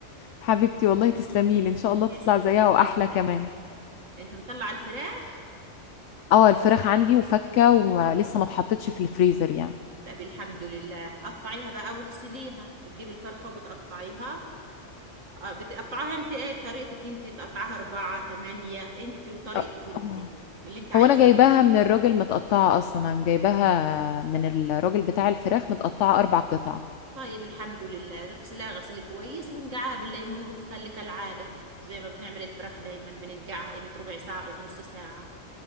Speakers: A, on the left (about 70°); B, on the right (about 85°).
A: حبيبتي والله تسلمي لي ان شاء الله تطلع
B: تسلم
A: زيها واحلى
B: تسلم
A: كمان
B: انت مطلعة الفراخ
A: اه الفراخ عندي وفكة ولسه ما اتحطتش في الفريزر يعني
B: لا بالحمد لله قطعيها بقى واغسليها بتجيبي الفرخة وبتقطعيها اه بتقطعيها انت ايه بطريقتك انت بتقطعيها اربعة تمانية انت وطريقتك
A: أه،
B: انت
A: أوه.
B: اللي انت عايزاه
A: هو انا جايباها من الراجل متقطعة اصلا انا جايباها من الراجل بتاع الفراخ متقطعة اربع قطع
B: طيب الحمد لله اغسلها غسيل كويس ونقعها بالليمون والخل كالعادة زي ما بنعمل الفراخ دايما بننقعها قيمة ربع ساعة أو نص ساعة